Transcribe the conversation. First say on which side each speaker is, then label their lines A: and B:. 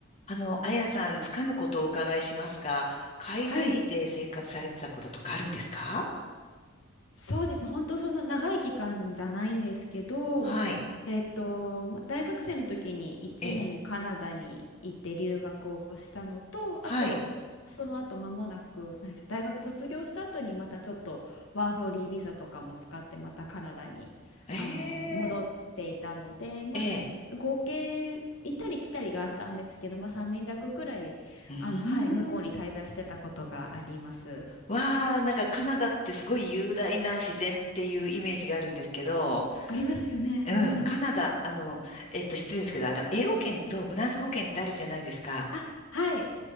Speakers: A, on the left; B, on the left.
A: あの、あやさん、つかぬことをお伺いしますが、海外で生活されてたこととかあるんですか
B: はい。そうですね。本当そんな長い期間じゃないんですけど、
A: はい。
B: えっと、ま大学生の時に1年カナダに行って留学をしたのと、
A: ええ、はい。
B: あと、その後間もなく、何でしょう、大学卒業した後にまたちょっとワーホリービザとかも使ってまたカナダにあの戻っていたので、
A: ええ
B: まあ、
A: ええ
B: 合計行ったり来たりがあったんですけど、まあ、3年弱ぐらいあの、
A: うーん。
B: はい、向こうに滞在してたことがあります。
A: わあ、なんかカナダってすごい雄大な自然っていうイメージがあるんですけど、
B: ありますよね。
A: うん、
B: うん
A: カナダ、あの、えっと、失礼ですけど、あの、英語圏とフランス語圏ってあるじゃないですか。
B: あ、はい。